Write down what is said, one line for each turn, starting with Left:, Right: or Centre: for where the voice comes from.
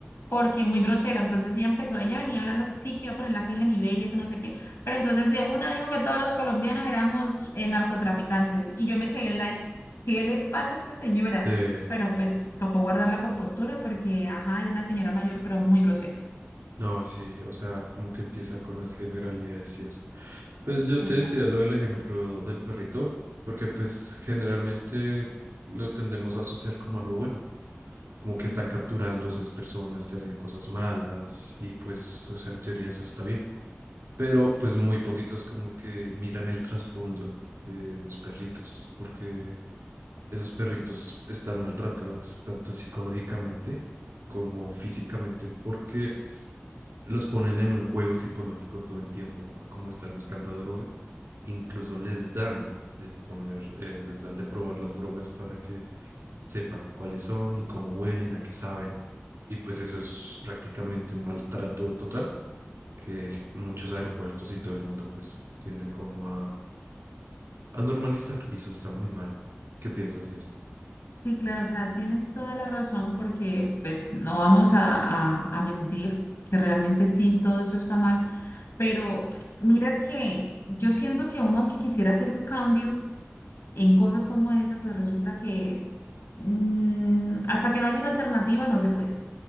Left: porque muy grosera. Entonces ella empezó, ella venía hablando que sí, que iba a poner la queja en Iberia, que no sé qué, pero entonces de una dijo que todos los colombianos éramos eh, narcotraficantes y yo me quedé like, ¿qué le pasa a esta señora?
Right: Eh,
Left: Pero pues tocó guardar la compostura porque, ajá, era una señora mayor, pero muy grosera.
Right: no, sí, o sea, como que empieza con las generalidades y eso. Pues yo
Left: Exacto.
Right: te decía lo del ejemplo del perrito, porque pues generalmente lo tendemos a asociar como algo bueno, como que
Left: Ujú.
Right: están capturando esas personas que hacen cosas malas y pues, o sea, en teoría eso está bien, pero pues muy poquitos como que miran el trasfondo de los perritos, porque esos perritos están maltratados tanto psicológicamente como físicamente porque los ponen en un juego psicológico todo el tiempo, a como estar buscando droga. Incluso les dan de comer, eh, les dan de probar las drogas para que sepan cuáles son y cómo huelen, a qué saben. Y pues eso es prácticamente un maltrato total que muchos aeropuertos y todo el mundo pues tiende como a, a normalizar y eso está muy mal. ¿Qué piensas de eso?
Left: Sí, claro, o sea, tienes toda la razón porque pues no vamos a, a- a mentir, que realmente sí, todo eso está mal, pero mira que yo siento que uno aunque quisiera hacer un cambio, en cosas como esa, pues resulta que mm, hasta que no haya una alternativa no se puede.